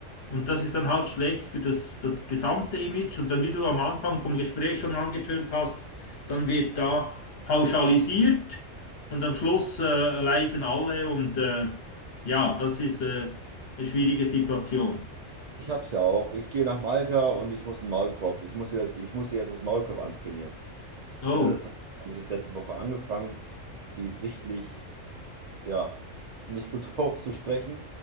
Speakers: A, on the left; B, on the right.
A: Und das ist dann halt schlecht für das, das gesamte Image. Und dann, wie du am Anfang vom Gespräch schon angetönt hast, dann wird da pauschalisiert und am Schluss äh, leiden alle. Und äh, ja, das ist äh, eine schwierige Situation.
B: Ich hab's ja auch. Ich gehe nach Malta und ich muss einen Maulkorb. Ich muss ihr das, ich muss ihr jetzt das Maulkorb antrainieren.
A: Oh,
B: Ne, das habe ich jetzt letzte Woche angefangen. Die ist sichtlich, ja, nicht gut <laughs> drauf zu sprechen.